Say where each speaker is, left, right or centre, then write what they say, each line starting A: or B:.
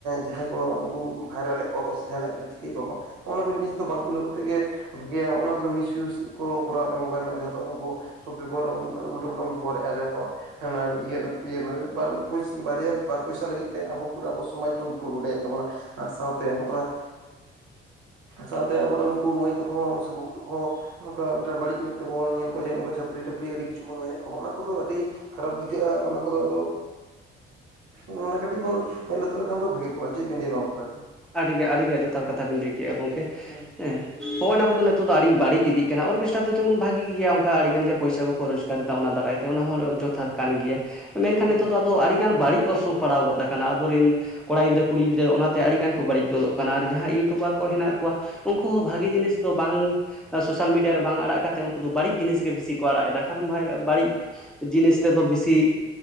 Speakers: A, on the right; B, in the centre.
A: ᱡᱟᱦᱟᱸᱭ ᱠᱚ ᱩᱱᱠᱩ ᱵᱷᱟᱭᱨᱟᱞ ᱮᱫ ᱠᱚᱣᱟ ᱠᱚ ᱥᱮ ᱡᱟᱦᱟᱱᱟᱜ ᱡᱟᱦᱟᱸ ᱪᱤᱠᱟᱹᱭᱮᱫ ᱠᱚᱣᱟ ᱠᱚ ᱦᱚᱜ-ᱱᱟ ᱠᱚ ᱡᱤᱱᱤᱥ ᱫᱚ ᱵᱟᱝ ᱛᱩᱞᱟᱹᱣ ᱠᱟᱛᱮ ᱜᱮ ᱵᱷᱟᱜᱤᱭᱟ ᱚᱱᱟ ᱠᱚᱫᱚ ᱢᱤᱥᱤᱭᱩᱥ ᱠᱚ ᱠᱚᱨᱟᱣᱮᱜᱼᱟ ᱢᱳᱵᱟᱭᱤᱞ ᱨᱮᱱᱟᱜ ᱡᱟᱦᱟᱸ ᱛᱚ ᱟᱵᱚ ᱥᱚᱵ <unintelligible> ᱩᱞᱴᱟ ᱯᱷᱩᱞᱴᱟᱢ ᱵᱮᱵᱚᱦᱟᱨ ᱨᱮ ᱡᱟᱦᱟᱸ ᱠᱚ ᱦᱮᱸ ᱤᱛᱟᱹ ᱱᱟᱜ ᱵᱟᱨᱭᱟ ᱵᱟᱨ ᱯᱚᱭᱥᱟ ᱞᱟᱹᱜᱤᱫ ᱛᱮ ᱟᱵᱚ ᱯᱩᱨᱟᱹ ᱟᱵᱚ ᱥᱚᱢᱟᱡᱽ ᱵᱚᱱ ᱵᱲᱠᱚᱞ ᱰᱚᱰᱮᱭᱮᱫ ᱛᱟᱵᱚᱱᱟ ᱟᱨ ᱥᱟᱶᱛᱮ ᱦᱚᱜ-ᱱᱟ ᱥᱟᱶᱛᱮ ᱟᱵᱚᱨᱮᱱ ᱩᱱᱠᱩ ᱢᱟᱹᱭ ᱛᱟᱠᱚ ᱦᱚᱸ ᱥᱮ ᱵᱟᱹᱵᱩ ᱦᱚᱸ ᱱᱚᱝᱠᱟ ᱵᱟᱹᱲᱤᱡ ᱢᱮᱫ ᱛᱮᱵᱚᱱ ᱧᱮᱞ ᱚᱱᱠᱟ ᱪᱷᱟᱹᱯᱨᱤ-ᱴᱟᱹᱯᱨᱤ ᱟᱹᱰᱤ ᱠᱤᱪᱷᱩ ᱵᱚᱱ ᱢᱮᱱᱮᱫ ᱠᱚ ᱚᱱᱟ ᱠᱚᱫᱚ ᱟᱹᱰᱤ ᱠᱷᱟᱨᱟᱯ ᱵᱩᱡᱷᱟᱹᱜᱼᱟ ᱚᱱᱟ ᱠᱚᱫᱚ ᱟᱫᱚ ᱢᱟᱱᱮ ᱠᱟᱹᱴᱤᱡ ᱵᱚᱱ ᱢᱮᱸᱫ ᱞᱩᱛᱩᱨᱟᱜ ᱠᱷᱟᱱ ᱫᱚ ᱵᱷᱟᱹᱜᱤ ᱠᱚᱜᱼᱟ ᱪᱮᱫ ᱵᱤᱱ ᱞᱟᱹᱭᱟ ᱱᱚᱣᱟ ᱵᱟᱠᱷᱨᱟᱛᱮ?
B: ᱟᱹᱰᱤ ᱜᱮ ᱟᱹᱰᱤ ᱜᱮ ᱡᱚᱛᱷᱟᱛ ᱠᱟᱛᱷᱟ ᱵᱤᱱ ᱞᱟᱹᱭ ᱠᱮᱜᱼᱟ ᱜᱚᱝᱠᱮ
A: ᱦᱩᱸ
B: ᱦᱮᱸ ᱦᱚᱸᱜᱼᱚᱭ ᱱᱚᱣᱟ ᱠᱚᱫᱚ ᱱᱤᱛᱚᱜ ᱫᱚ ᱟᱹᱰᱤ ᱵᱟᱹᱲᱤᱡ ᱤᱫᱤᱜ ᱠᱟᱱᱟ ᱚᱨᱠᱮᱥᱴᱟᱨ ᱫᱚ ᱡᱮᱢᱚᱱ ᱵᱷᱟᱜᱤ ᱜᱮᱭᱟ ᱚᱱᱠᱟ ᱟᱹᱰᱤ ᱜᱟᱱ ᱜᱮ ᱯᱚᱭᱥᱟ ᱠᱚᱠᱚ ᱨᱚᱡᱽ ᱱᱮᱛᱟᱨ ᱫᱚ ᱚᱱᱟ ᱫᱟᱨᱟᱭ ᱛᱮ ᱚᱱᱟ ᱦᱚᱸ ᱡᱚᱛᱷᱟᱛ
A: ᱦᱩᱸ
B: ᱠᱟᱱ ᱜᱮᱭᱟ ᱢᱮᱱ ᱠᱷᱟᱱ
A: ᱦᱩᱸ
B: ᱱᱤᱛᱚᱜ ᱫᱚ ᱟᱫᱚ ᱟᱹᱰᱤ ᱟᱹᱰᱤᱜᱟᱱ ᱵᱟᱹᱲᱤᱡ ᱚᱨᱥᱚᱝ ᱯᱟᱲᱟᱣ ᱜᱚᱫ ᱟᱠᱟᱱᱟ ᱟᱵᱚᱨᱮᱱ ᱠᱚᱲᱟ ᱜᱤᱫᱽᱨᱟᱹ ᱠᱩᱲᱤ ᱜᱤᱫᱽᱨᱟᱹ ᱚᱱᱟᱛᱮ ᱟᱹᱰᱤ ᱜᱟᱱ ᱵᱟᱹᱲᱤᱡ ᱜᱚᱫᱚᱜ ᱠᱟᱱᱟ ᱟᱨ ᱡᱟᱦᱟᱸ ᱤᱭᱩᱴᱩᱵᱟᱨ ᱠᱚ ᱦᱮᱸᱱᱟᱜ ᱠᱚᱣᱟ ᱩᱱᱠᱩ ᱦᱚᱸ ᱵᱷᱟᱜᱤ
A: ᱦᱩᱸ
B: ᱡᱤᱱᱤᱥ ᱫᱚ ᱵᱟᱝ ᱥᱳᱥᱟᱞ ᱢᱤᱰᱤᱭᱟ ᱨᱮ ᱵᱟᱝ ᱟᱲᱟᱜ ᱠᱟᱛᱮ ᱩᱱᱠᱩ ᱫᱚ ᱵᱟᱹᱲᱤᱡ ᱡᱤᱱᱤᱥ ᱜᱮ ᱵᱮᱥᱤ ᱠᱚ ᱟᱲᱟᱜ ᱮᱫᱟ ᱠᱟᱨᱚᱱ ᱵᱷᱟᱭ ᱵᱟᱹᱲᱤᱡ ᱡᱤᱱᱤᱥ ᱛᱮᱫᱚ ᱵᱤᱥᱤ